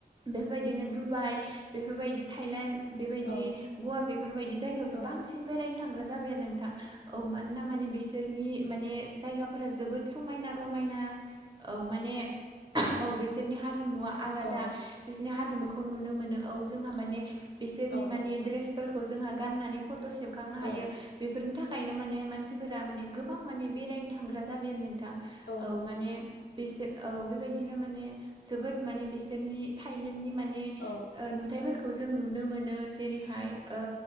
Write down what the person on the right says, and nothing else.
बेफोरबायदिनो दुबाइ बेफोरबायदि थाइलेण्ड बेबायदि
गवा बेफोरबायदि जायगायावसो
बांसिन बेरायनो थांग्रा जाबाय आरो नोंथां औ मानोना माने बिसोरनि माने जायगाफोरा जोबोद समायना रमायना औ माने औ बिसोरनि हारिमुवा आलादा
बिसोरनि हारिमुखौ नुनो मोनो औ जोंहा माने बिसोरनि
माने ड्रेसफोरखौ जोंहा गाननानै फट' सेबखांनो हायो
बेफोरनि थाखायनो माने मानसि फोरा माने गोबां माने बेरायनो थांग्रा जाबाय आरो नोंथां औ
माने
बिसोर औ बेबायदिनो माने जोबोद माने बिसोरनि थाइलेण्डनि माने
ओ नु नुथायफोरखौ जों नुनो मोनो जेरैहाय औ